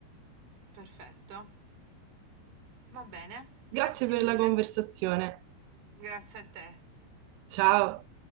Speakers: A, on the right; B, on the right.
A: perfetto. Va bene, grazie
B: Grazie per
A: mille.
B: la conversazione.
A: Grazie a te.
B: Ciao.